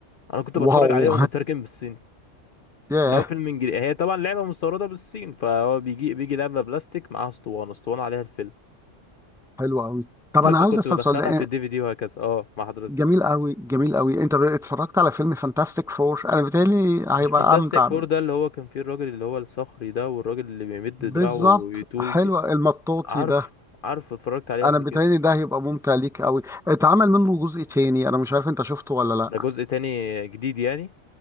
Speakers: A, on the left; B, in the centre.
A: انا كنت بتفرج
B: واو
A: عليهم مترجم بالصيني
B: <laughs> ياه
A: اللي هو فيلم انجليزي هي طبعا لعبه مستورده بالصين فهو بيجي بيجي لعبه بلاستيك معاها اسطوانه اسطوانه عليها الفيلم
B: حلو قوي طب
A: <laughs>
B: انا
A: فكنت
B: عاوز اسال
A: بدخلها
B: سؤال
A: في الدي في دي وهكذا اه مع حضرتك
B: جميل قوي جميل قوي انت اتفرجت على فيلم فانتاستيك فور انا بيتهيألي هيبقى
A: مش فانتاستيك
B: امتع
A: فور ده اللي هو كان فيه الراجل اللي هو الصخري ده والراجل اللي بيمد
B: بالظبط
A: دراعه ويطول
B: حلو
A: ج-
B: المطاطي
A: عارف
B: ده
A: عارف اتفرجت عليه
B: انا
A: قبل
B: بيتهيألي
A: كده
B: ده هيبقى ممتع ليك قوي اتعمل منه جزء تاني انا مش عارف انت شفته ولا لا
A: ده جزء تاني جديد يعني